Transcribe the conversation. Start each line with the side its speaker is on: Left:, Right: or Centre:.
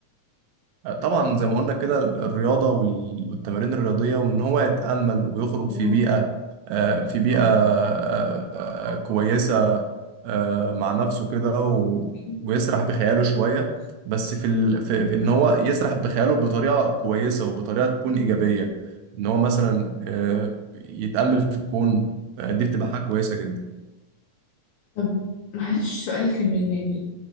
Right: آه، طبعا زي ما قلنا كده الرياضة وال- والتمارين الرياضية وإن هو يتأمل ويخرج
Left: آه،
Right: في بيئة آه، في بيئة آه، آه، كويسة آه، مع نفسه كده و-
Left: أكيد.
Right: ويسرح بخياله شوية بس في, ال... في في إن هو يسرح بخياله بطريقة كويسة وبطريقة تكون إيجابية إن هو مثلا آه، يتأمل في الكون آه، دي بتبقى حاجة كويسة جدا
Left: طب معلش سؤال كمان يعني